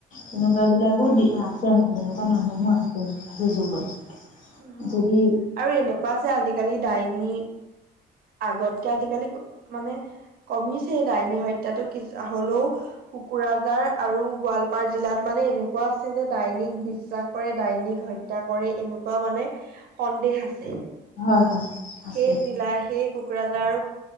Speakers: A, on the left; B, on the right.
A: তেনেকুৱা বিলাকো দি আছে মানে তেনেকুৱা মানুহো আছে আজিৰ যুগত।
B: অ
A: যদি
B: আৰু এনেকুৱা আছে আজিকালি ডাইনী আগতকে আজিকালি মানে কমিছে ডাইনী হত্যাটো। কিচ-হলেও কোকৰাঝাৰ আৰু গোৱালপাৰ জিলাত মানে এনেকুৱা আছে যে ডাইনিক বিশ্বাস কৰে। ডাইন নিক হত্যা কৰে এনেকুৱা একা মানে সন্দেহ আছে।
A: হয় হয় আছে
B: সেই জিলাৰ সেই কোকৰাঝাৰ আৰু